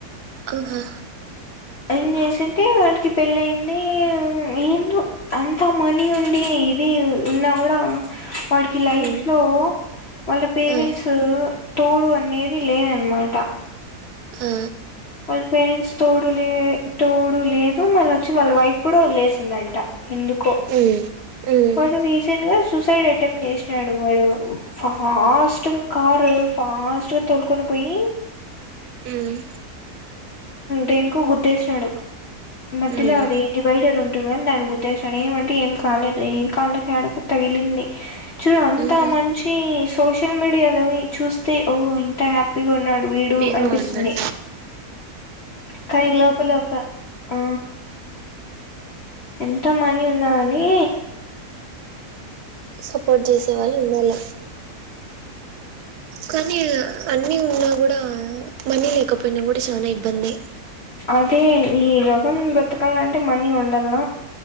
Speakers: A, on the right; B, on the left.
A: అహా
B: అని చేసింటే వాడికి పెళ్ళ అయింది ఏం అంతా మనీ ఉండి ఇది ఉన్నా కూడా వాడికి లైఫ్
A: మ్మ్
B: లో వాళ్ళ పేరెంట్స్
A: ఆ
B: తోడు అనేది లేదనమాట
A: ఆ
B: వాళ్ళ పేరెంట్స్ తోడు లే తోడు లేదు మళ్ళ వచ్చి వాళ్ళ వైఫ్ కూడా వదిలేసిందంట ఎందుకో
A: మ్మ్ మ్మ్
B: వాడు రీసెంట్గా సూసైడ్ అటెంప్ట్ చేసినాడు వాడు ఫాస్ట్గా కార్ ఫాస్ట్ గా తొలుకొని పోయి
A: మ్మ్
B: దేనికో గుదేసినాడు మధ్యలో
A: మ్మ్
B: అది డివైడర్ ఉంటుంది దానికి గుద్దేశినాడు ఏమంటే ఏం కాలేదు ఏం కాళ్ళ తడకు తగిలింది చూడు అంత
A: మ్మ్
B: మంచి సోషల్ మీడియాలో చూస్తే ఓ ఇంత హ్యాపీగా ఉన్నాడు వీడు
A: హ్యాపీగా
B: అనిపిస్తుంది
A: ఉన్నాడు
B: కానీ లోపల ఒక ఆ ఎంతో మనీ ఉన్నా కాని
A: సపోర్ట్ చేసే వాళ్ళు ఉండాల కానీ అన్ని ఉన్నా కూడా మనీ లేకపోయినా కూడా చాలా ఇబ్బందే
B: అదే ఈ రగం బ్రతకాల అంటే మనీ ఉండాలన